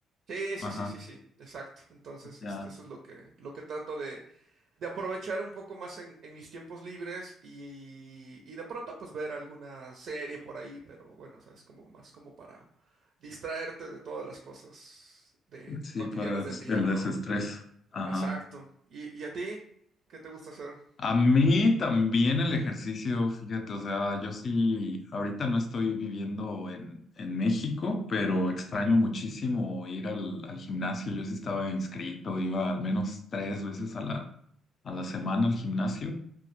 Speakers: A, on the right; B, on the left.
A: Sí,
B: Ajá,
A: sí, sí, sí, sí, exacto. Entonces,
B: ya.
A: este, eso es lo que, lo que trato de, de aprovechar un poco más en, en mis tiempos libres y, y de pronto pues ver alguna serie por ahí, pero bueno, o sea, es como más como para distraerte de todas las cosas de, de
B: Sí,
A: cotidianas
B: para des-
A: del día,
B: el desestrés.
A: ¿no?
B: Ajá.
A: Exacto. ¿Y, y a ti? ¿Qué te gusta hacer?
B: A mí también el ejercicio, fíjate, o sea, yo sí, ahorita no estoy viviendo en, en México, pero extraño muchísimo ir al, al gimnasio. Yo sí estaba inscrito, iba al menos tres veces a la, a la semana al gimnasio,